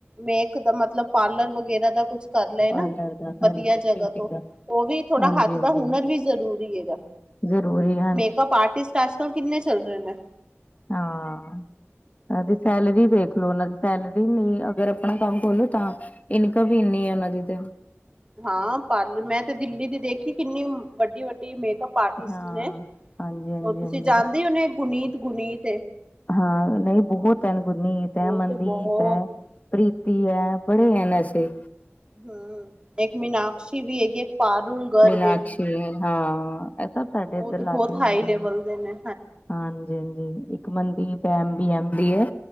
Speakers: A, on the right; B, on the left.
A: ਮੇਕ ਦਾ, ਮਤਲਬ ਪਾਰਲਰ ਵਗੈਰਾ ਦਾ ਕੁਛ। ਕਰ ਲਏ
B: ਪਾਰਲਰ
A: ਨਾ,
B: ਦਾ ਹਾਂਜੀ
A: ਵਧੀਆ ਜਗ੍ਹਾ
B: ਬਿਊਟੀ
A: ਤੋਂ,
B: ਦਾ
A: ਉਹ ਵੀ ਥੋੜਾ
B: ਹਾਂਜੀ
A: ਹੱਥ
B: ਹਾਂਜੀ।
A: ਦਾ ਹੁਨਰ, ਵੀ ਜ਼ਰੂਰੀ ਹੈਗਾ।
B: ਜ਼ਰੂਰੀ ਹੈ।
A: ਮੇਕਅੱਪ ਆਰਟਿਸਟ, ਅੱਜ-ਕੱਲ੍ਹ ਕਿੰਨੇ ਚੱਲ ਰਹੇ ਨੇ।
B: ਹਾਂ। ਦੀ ਸੈਲਰੀ ਦੇਖ ਲਉ, ਉਹਨਾਂ ਦੀ ਸੈਲਰੀ ਨ੍ਹੀ, ਅਗਰ ਆਪਣਾ ਕੰਮ ਖੋਲੋ ਤਾਂ। ਇਨਕਮ, ਵੀ ਇੰਨੀ ਹੈ ਉਹਨਾਂ ਦੀ ਤੇ।
A: ਹਾਂ, ਪਾਰਲਰ, ਮੈਂ ਤੇ ਦਿੱਲੀ ਦੀ ਦੇਖੀ, ਕਿੰਨੀ ਵੱਡੀ-ਵੱਡੀ ਮੇਕਅੱਪ ਆਰਟਿਸਟ
B: ਹਾਂ
A: ਨੇ
B: ਹਾਂਜੀ ਹਾਂਜੀ
A: ਉਹ, ਤੁਸੀਂ
B: ਹਾਂਜੀ
A: ਜਾਣਦੇ ਹੋਣੇ, ਗੁਨੀਤ, ਗੁਨੀਤ?
B: ਹਾਂ, ਨਹੀਂ, ਬਹੁਤ ਐ, ਨ ਗੁਰਨੀਤ ਹੈ,
A: ਉਹ
B: ਮਨਦੀਪ
A: ਤੇ ਬਹੁਤ
B: ਹੈ। ਪ੍ਰੀਤੀ ਹੈ, ਬੜੇ ਹੈ ਨ ਐਸੇ।
A: ਹਮਮ, ਇੱਕ ਮੀਨਾਕਸ਼ੀ ਵੀ ਹੈਗੀ ਏ ਪਾਰੂਲ ਗਰਗ
B: ਮਿਨਾਕਸ਼ੀ ਹਾਂ, ਇਹ ਤਾਂ ਸਾਡੇ,
A: ਉਹ
B: ਇੱਧਰ
A: ਤੇ
B: ਲਾਗੇ
A: ਬਹੁਤ
B: ਹੀ ਹੁੰਦੀਆਂ,
A: ਹਾਈ ਲੈਵਲ
B: ਨ
A: ਦੇ ਨੇ
B: ਹਾਂਜੀ -ਹਾਂਜੀ। ਇੱਕ Mandeep, M B- M B ਹੈ,